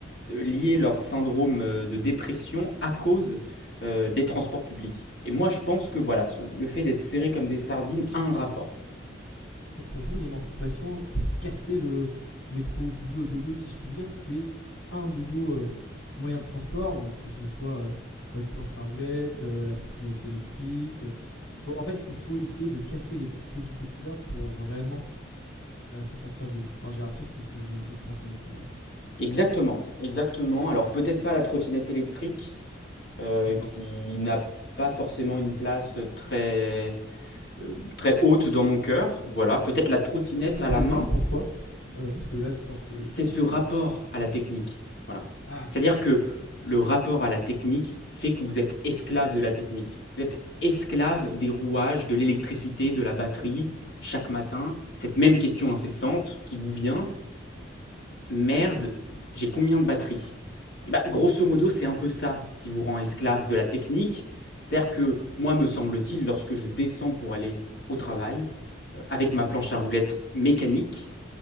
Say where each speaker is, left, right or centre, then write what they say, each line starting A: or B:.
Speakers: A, on the left; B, on the left.
A: lié leur syndrome euh, de dépression à cause euh, des transports publics. Et moi, je pense que voilà, ce- le fait d'être serré comme des sardines a un rapport.
B: Donc pour vous, l'émancipation, pour casser le métro boulot dodo, si je puis dire, c'est un nouveau euh, moyen de transport, donc que ce soit euh, votre planche à roulettes, euh, la trottinette électrique. euh. Faut- en fait, il faut essayer de casser les petites choses du quotidien pour vraiment euh, se sentir vivre. Enfin, j'ai l'impression que c'est ce que vous essayez de transmettre. euh.
A: Exactement, exactement. Alors peut-être pas la trottinette électrique euh,
B: D'accord.
A: qui n'a pas forcément une place très euh, très haute dans mon cœur. Voilà, peut-être la trottinette
B: Est-ce est-ce est-ce qu'on
A: à
B: pourrait
A: la main
B: savoir pourquoi Euh, Parce que là, je pense que...
A: c'est ce rapport à la technique. Voilà.
B: Ah,
A: C'est-à-dire
B: d'accord.
A: que le rapport à la technique fait que vous êtes esclave de la technique. Vous êtes esclave des rouages, de l'électricité, de la batterie. Chaque matin, cette même question incessante qui vous vient, merde, j'ai combien de batterie Eh bah, Grosso modo, c'est un peu ça qui vous rend esclave de la technique. C'est-à-dire que moi, me semble-t-il, lorsque je descends pour aller au travail, euh, avec ma planche à roulettes mécanique,